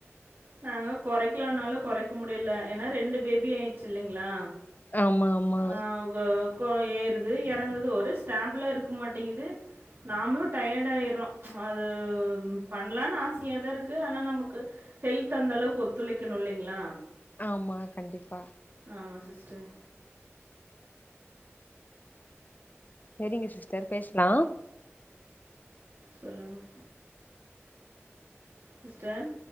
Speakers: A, on the right (about 50°); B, on the left (about 35°).
A: நாங் குறைக்கலானாலு குறைக்க முடில ஏன்னா ரெண்டு பேபி ஆயிடுச்சு இல்லிங்களா
B: ஆமா ஆமா
A: ஆ கோ ஆபா ஆப்பே ஏறுது இறங்குது ஒரு ஸ்டாப்லா இருக்க மாட்டங்குது நாமளு டயட் ஆயிறோ அது ம் பண்ணலான்னு ஆசையா தா இருக்கு ஆனா நமக்கு ஹெல்த் அந்த அளவுக்கு ஒத்துழைக்கணு இல்லைங்களா
B: ஆமா கண்டிப்பா
A: ஆமா சிஸ்டர்
B: சேரிங்க சிஸ்டர் பேசுலா
A: சொல்லுங்க சிஸ்டன்